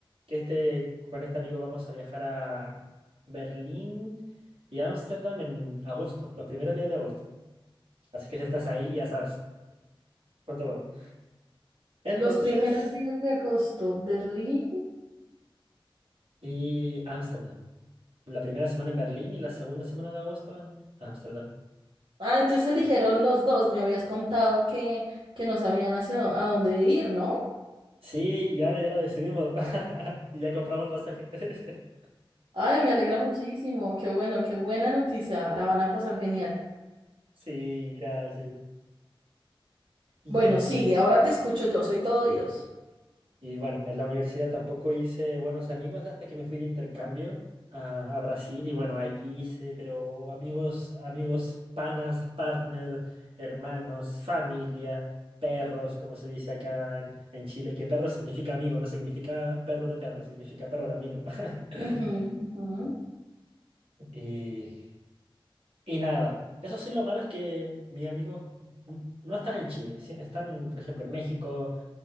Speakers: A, on the right; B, on the right.
A: que este, con este amigo vamos a viajar a Berlín y Ámsterdam en agosto, los primeros días de agosto. Así que si estás ahí, ya sabes. Cuatro cuatro. Entonces,
B: Los primeros días de agosto, Berlín.
A: y Ámsterdam. La primera semana en Berlín y la segunda semana de agosto en Ámsterdam.
B: Ah, entonces eligieron los dos. Me habías contado que, que no sabían hacia dó- a dónde ir, ¿no?
A: Sí, y ahora ya lo decidimos. <laughs> Y ya compramos el pasaje. <laughs>
B: Ay, me alegra muchísimo. Qué bueno, qué buena noticia. La van a pasar genial.
A: Sí, gracias. Y
B: Bueno, sigue, ahora te escucho yo, soy todo oídos.
A: Y bueno, en la universidad tampoco hice buenos amigos hasta que me fui de intercambio a, a Brasil y bueno, ahí hice, pero amigos, amigos, panas, partner, hermanos, familia, perros, como se dice acá en, en Chile, que perro significa amigo, no significa perro de perro, significa perro de amigo. <laughs>
B: Ujú, ujú.
A: Y, y nada, eso sí lo malo es que mis amigos n- no están en Chile, sí, están, por ejemplo, en México,